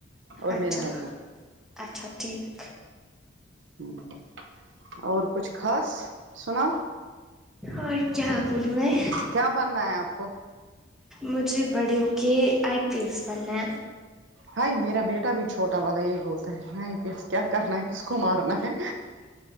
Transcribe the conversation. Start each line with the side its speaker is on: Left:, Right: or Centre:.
Right: اور
Centre: اچھا
Right: میرے حسبینڈ
Centre: اچھا ٹھیک
Right: ہمم اور کچھ خاص سناؤ
Centre: اور کیا بولوں میں
Right: کیا بننا ہے آپ کو
Centre: مجھے بڑے اوکے آئی پی ایس پننے ہیں
Right: بھائی میرا بیٹا بھی چھوٹا والا یہی بولتا ہے نہیں پیس کیا کرنا ہے کس کو مارنا ہے